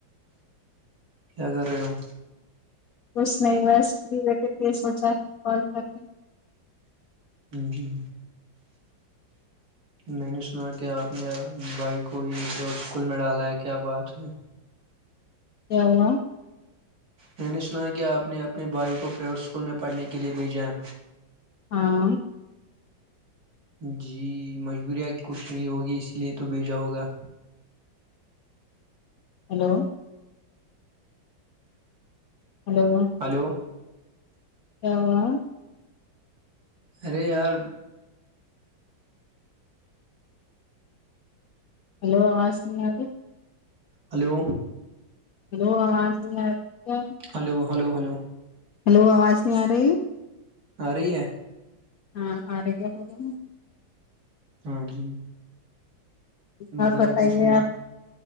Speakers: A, on the right (about 55°); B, on the left (about 65°).
A: کیا کر رہے ہو
B: اس نہیں بس ر <unintelligible> ویٹڈ یہ سوچا کال کرکے
A: جی میں نے سنا کہ آپ نے بھائی کو یہ ادھر سکول میں ڈالا ہے کیا بات ہوئی
B: کیا ہوا
A: میں نے سنا ہے کہ آپ نے اپنے بھائی کو پرائیویٹ اسکول میں پڑھنے کے لیے بھیجا ہے
B: ہاں
A: جی مجبوریت کچھ نہیں ہوگی اسی لیے تو بھیجا ہوگا
B: ہیلو ہیلو
A: ہلو
B: کیا ہوا
A: ارے یار
B: ہلو آواز نی آری
A: ہلو
B: ہیلو آواز نی آری کیا
A: ہلو ہلو ہلو
B: ہلو آواز نہیں آ رہی
A: ا رہی ہے
B: ہاں آرہی اب بولو
A: ہاں جی
B: اور
A: ذرا
B: بتائیے
A: کچھ میں
B: آپ